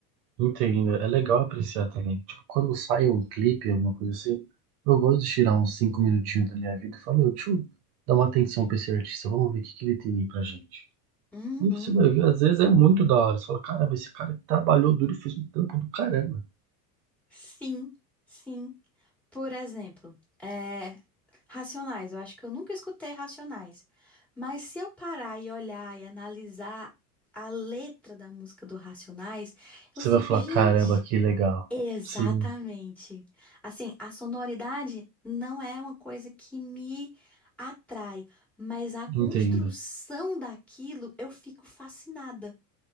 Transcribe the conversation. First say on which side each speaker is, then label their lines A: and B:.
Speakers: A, on the right; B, in the centre.
A: Entendo. É legal apreciar também. Tipo, quando sai um clipe, alguma coisa assim, eu gosto de tirar uns cinco minutinhos da minha vida e falar, meu, deixa eu dar uma atenção pra esse artista, vamos ver o que que ele tem aí pra gente.
B: Uhum.
A: E você vai ver, às vezes é muito da hora. Você fala, caramba, esse cara trabalhou duro e fez um trampo do caramba.
B: Sim, sim. Por exemplo, é, Racionais. Eu acho que eu nunca escutei Racionais. Mas se eu parar e olhar e analisar a letra da música do Racionais, eu
A: Você
B: fico,
A: vai falar,
B: gente,
A: caramba, que legal.
B: exatamente.
A: Sim,
B: Assim, a sonoridade não é uma coisa que me atrai, mas a construção
A: entendo.
B: daquilo eu fico fascinada.